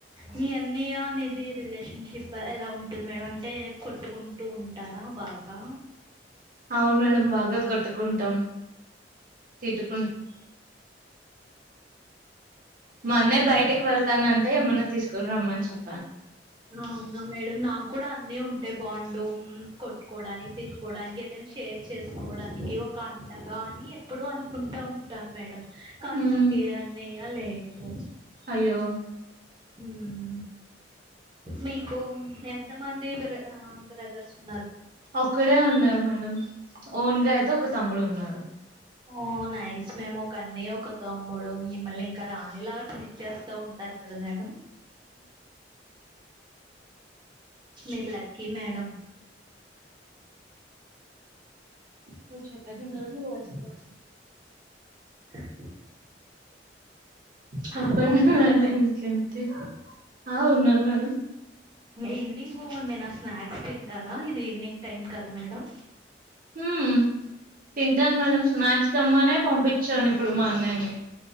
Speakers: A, on the right (about 25°); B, on the right (about 50°).
A: మీ అన్నయ రిలేషన్షిప్ ఎలా ఉంటుంది మేడం అంటే కొట్టుకుంటూ ఉంటారా బాగా
B: అవును మేడమ్ బాగా కొట్కుంటం తిట్కు మా అన్నయ్య బయటకి వెళ్తానంటే ఏమన్నా తీసుకుని రమ్మని చెప్ప
A: అవునా మేడం నాకు కూడా అన్నయ్య ఉంటే బాగుండు కొట్టుకోవడానికి తిట్టుకోవడానికి ఏదైనా షేర్ చేసుకోవడానికి ఒక అండగా అని ఎప్పుడు అనుకుంటా ఉంటాను మేడం కానీ
B: మ్మ్
A: నాకు ఏ అన్నయ లేడు.
B: అయ్యో
A: ఉమ్ మీకు ఏ ఎంతమంది బ్ర బ్రదర్స్ ఉన్నారు
B: ఒక్కడే ఉన్నాడు మేడం ఓన్గా అయితే ఒక తమ్ముడు ఉన్నాడు
A: ఓ నైస్ మేమ్ ఒక అన్నయ ఒక తమ్ముడు మిమ్మల్ని ఇంకా రాణి లాగా ట్రీట్ చేస్తా ఉంటారు కదా మేడం మీరు లక్కీ మేడమ్
B: నువ్వు
A: వ చెంట
B: చెప్పేసిన తర్వాత నువ్వు
A: <unintelligible>
B: చెప్పండి
A: హలో ఉన్నారా
B: మేడం ఇంకెంటి ఆ ఉన్నాను మేడం
A: ఈవినింగ్ ఏమైనా స్నాక్స్ తింటారా ఇది ఈవినింగ్ టైమ్ కదా మేడం
B: ఉమ్ తింటాను మేడమ్ స్నాక్స్ తెమ్మనే పంపించాను ఇప్పుడు మా అన్నయని